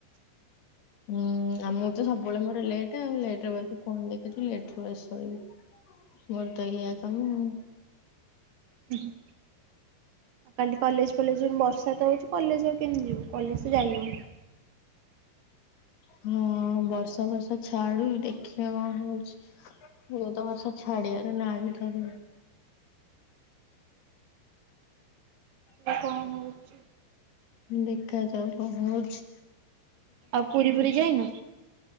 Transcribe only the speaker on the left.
ହୁଁ ଆମଁ ତ ସବୁବେଳେ ମୋର ଲେଟ୍ ଆଉ ଲେଟରେ ବସିକି ଫୋନ୍ ଦେଖୁଚି ଲେଟ୍ ରେ ବି ଶୋଇବି ମୋର ତ ଏଇୟା କାମ ଆଉ।
ହଁ ବର୍ଷା ଫର୍ଷା ଛାଡୁ ଦେଖିବା କଣ ହଉଛି। ଯୋଉ ତ ବର୍ଷା ଛାଡ଼ିବାର ନାଁ ବି ଧରୁନି।
ଦେଖାଯାଉ କଣ ହଉଛି
<unintelligible>